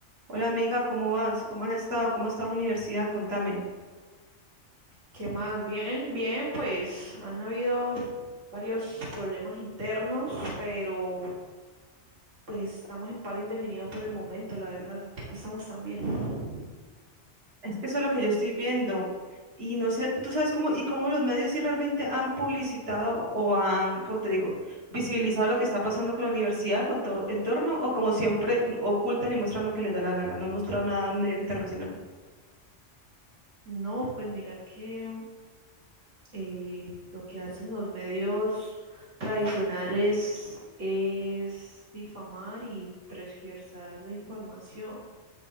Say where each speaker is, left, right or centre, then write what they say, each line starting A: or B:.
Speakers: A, on the right; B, on the right.
A: Hola amiga, ¿cómo vas? ¿Cómo has estado? ¿Cómo está la universidad? Contame.
B: ¿Qué más? Bien, bien, pues han habido varios problemas internos, pero pues estamos en paro indefinido por el momento, la verdad, tampoco estamos tan bien.
A: Es que eso es lo que yo estoy viendo. Y no sé, tú sabes cómo, y cómo los medios sí realmente han publicitado o han, ¿cómo te digo? Visibilizado lo que está pasando con la universidad, con todo entorno, o como siempre n- ocultan y muestran lo que les da la gana. No han mostrado nada en medios internacionales.
B: No, pues mira que eh, lo que hacen los medios tradicionales es difamar y transversar la información.